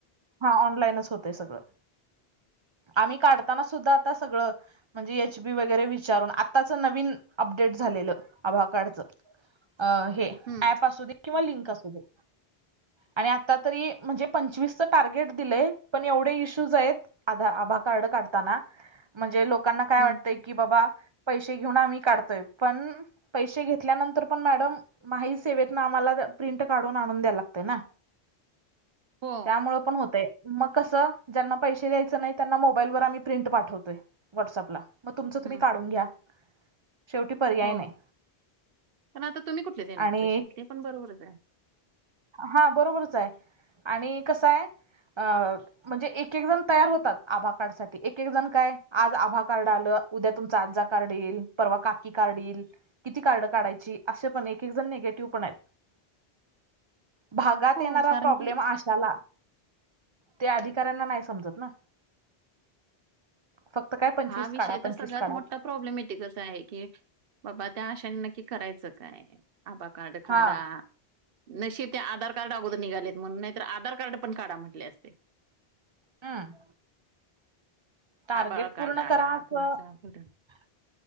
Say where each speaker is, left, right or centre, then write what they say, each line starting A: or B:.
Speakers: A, on the right (about 40°); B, on the right (about 65°).
A: हा. ऑनलाईनच होतय सगळं. आम्ही काढताना सुद्धा आता सगळं- म्हणजे एच बी वगैरे विचारून. आत्ताच नवीन अपडेट झालेलं आभा कार्डच. अ हे
B: हं,
A: ऍप असुदे किंवा लिंक असुदे. आणि आत्ता तरी - म्हणजे पंचवीसच टार्गेट दिलंय पण एवढे इश्यूज आहेत. आभा आभा कार्ड काढताना. म्हणजे लोकांना काय
B: हं.
A: वाटतंय - की बाबा पैसे घेऊन आम्ही काढतोय. पण- पैसे घेतल्यानंतर पण मॅडम माही सेवेतन आम्हाला प्रिंट काढून आणून द्याला लागत ना?
B: हो,
A: मूळ होत मग कस? ज्यांना पैसे द्यायचं नाही त्यांना मोबाईलवर आम्ही प्रिंट पाठवतोय. व्हॉट्सअपला. मग तुमचं तुम्ही
B: हं,
A: काढून घ्या. शेवटी पर्याय
B: हो.
A: नाही
B: पण आता तुम्ही कुठले देणार
A: आणि
B: पैसे? ते पण बरोबरच आहे.
A: हां. बरोबरच आहे. आणि कसं आहे? अ - म्हणजे एक एक जण तयार होतात. आभा कार्डसाठी एक एक जण काय आज आभा कार्ड आलं. उद्या तुमचा आज्जा कार्ड येईल. परवा काकी कार्ड येईल. किती कार्ड काढायची? असे पण एक एक जण निगेटिव्ह पण आहेत.
B: <inaudible>
A: भागात
B: हो,
A: येणारा
B: कारण
A: प्रॉब
B: की
A: - आशाला ते अधिकाऱ्यांना नाही समजत ना? फक्त काय पंचवीस
B: हा विषय
A: काढा
B: तर
A: पंचवीस
B: सगळ्यात
A: काढा
B: मोठा प्रॉब्लेमॅटिकच आहे की - बाबा त्या आशांनी नक्की करायचं काय? आभा कार्ड काढा.
A: हा
B: नशीब ते आधार कार्ड अगोदर निघालेत म्हणून. नाही तर ते आधार कार्ड पण काढा म्हटले असते.
A: हम्म. टार्गेट
B: आबाळ कार्ड
A: पूर्ण
B: आला
A: करा असं
B: तुमचा
A: -
B: कुठं